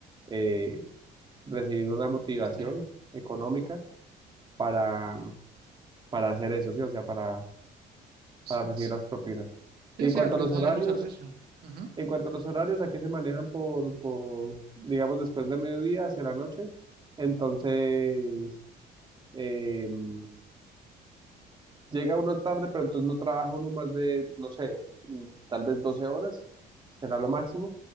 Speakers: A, on the right; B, on the right.
A: eh, recibir una motivación
B: Sí,
A: económica para, para hacer eso, ¿sí? O sea, para,
B: sí,
A: para recibir
B: sí,
A: las propinas.
B: sí,
A: Y en cuanto
B: al final
A: a los horarios,
B: es un servicio. Ujú.
A: en cuanto a los horarios, aquí se manejan por, por digamos, después de mediodía hacia la noche. Entonces, em, Llega uno tarde, pero entonces no trabaja uno más de, no sé, mm, tal vez 12 horas, será lo máximo.